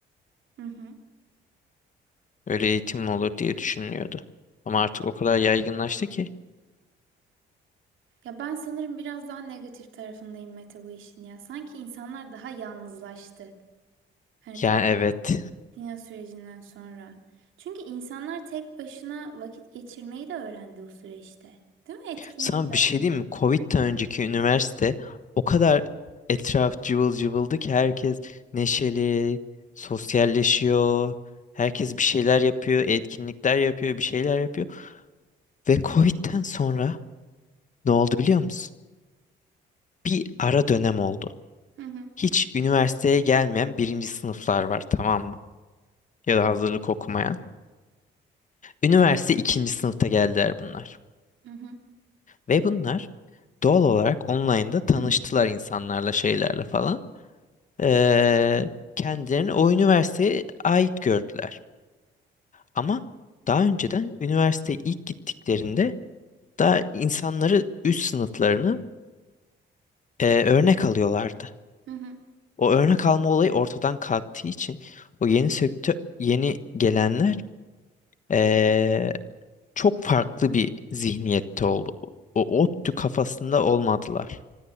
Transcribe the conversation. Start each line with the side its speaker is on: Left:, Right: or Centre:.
Right: Hı hı.
Left: Öyle eğitim mi olur diye düşünülüyordu. Ama artık o kadar yaygınlaştı ki.
Right: Ya ben sanırım biraz daha negatif tarafındayım Mete bu işin ya. Sanki insanlar daha yalnızlaştı. Hani
Left: Yani evet.
Right: Dünya sürecinden sonra. Çünkü insanlar tek başına vakit geçirmeyi de öğrendi o süreçte. Değil mi? Etkinlik
Left: Sana
Right: yapmayı.
Left: bir şey diyeyim mi? Covid'den önceki üniversite o kadar etraf cıvıl cıvıldı ki herkes neşeli, sosyalleşiyor. Herkes bir şeyler yapıyor, etkinlikler yapıyor, bir şeyler yapıyor. Ve Covid'den sonra Ne oldu biliyor musun? Bir ara dönem oldu.
Right: Hı hı.
Left: Hiç üniversiteye gelmeyen birinci sınıflar var tamam mı? Ya da hazırlık okumayan. Üniversite ikinci sınıfta geldiler bunlar.
Right: Hı hı.
Left: Ve bunlar doğal olarak online'da tanıştılar
Right: <clears throat>
Left: insanlarla şeylerle falan. Ee, kendilerini o üniversiteye ait gördüler. Ama daha önceden üniversiteye ilk gittiklerinde daha insanları üst sınıflarını e, örnek alıyorlardı.
Right: Hı hı.
Left: O örnek alma olayı ortadan kalktığı için o yeni sektör yeni gelenler eee, çok farklı bir zihniyette oldu. O ODTÜ kafasında olmadılar